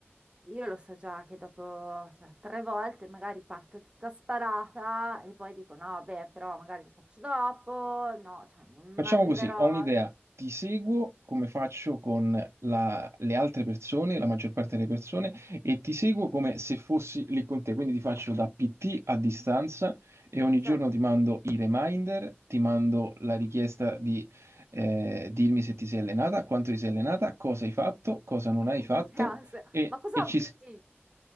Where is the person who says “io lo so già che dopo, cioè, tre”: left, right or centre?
Right